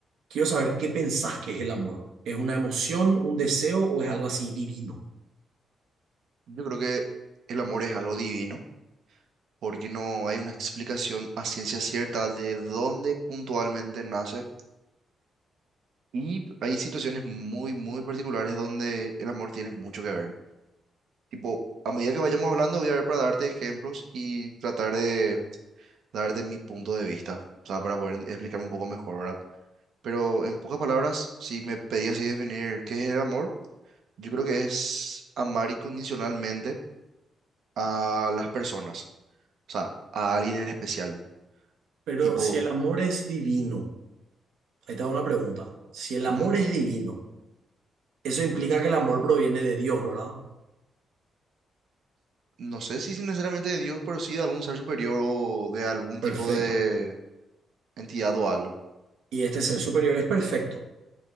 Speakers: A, on the right (about 80°); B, on the right (about 65°).
A: quiero saber qué pensás que es el amor. ¿Es una emoción, un deseo o es algo así divino?
B: Yo creo que el amor es algo divino, porque no hay una explicación a ciencia cierta de dónde puntualmente nace. Y hay situaciones muy, muy particulares donde el amor tiene mucho que ver. Tipo, a medida que vayamos hablando, voy a ver para darte ejemplos y tratar de darte mi punto de vista, o sea, para poder explicarme un poco mejor, ¿verdad? Pero en pocas palabras, si me pedías así definir qué es el amor, yo creo que es amar incondicionalmente a las personas, o sea, a alguien en especial
A: Pero
B: tipo,
A: si el amor es divino, ahí te hago una pregunta. Si el amor
B: ujú,
A: es divino, eso implica que el amor proviene de Dios, ¿verdad?
B: no sé si necesariamente de Dios, pero sí de algún ser superior o de algún
A: Perfecto.
B: tipo de entidad o algo.
A: Y este ser superior es perfecto,